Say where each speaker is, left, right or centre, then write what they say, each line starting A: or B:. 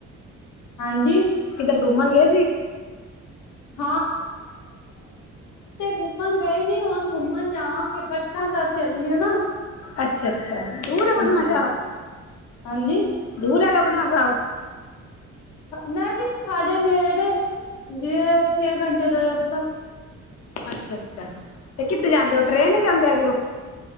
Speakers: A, on the left; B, on the left.
A: ਹਾਂਜੀ,
B: ਕਿੱਧਰ ਘੁੰਮਣ ਗਏ ਸੀ?
A: <unintelligible> ਘੁੰਮਣ ਗਏ ਨੀ ਹੁਣ ਘੁੰਮਣ ਜਾਵਾਂਗੇ ਪਟਨਾ ਸਾਹਿਬ ਚੱਲੀ ਏ ਨਾ
B: ਅੱਛਾ ਅੱਛਾ ਦੂਰ ਹੈ ਪਟਨਾ
A: ਹਾਂ ਹਾਂਜੀ-ਹਾਂਜੀ
B: ਸਾਹਿਬ ਦੂਰ ਹੈਗਾ ਪਟਨਾ ਸਾਹਿਬ
A: ਨਹੀਂ ਸਾਡੇ ਨੇੜੇ ਏ ਜਿਵੇ ਛੇ ਘੰਟੇ ਦਾ ਰਸਤਾ
B: ਅੱਛਾ-ਅੱਛਾ ਤੇ ਕਿੱਤੇ ਜਾਂਦੇ ਉਹ ਟਰੇਨ ਇਚ ਜਾਂਦੇ ਹੈਗੇ ਔ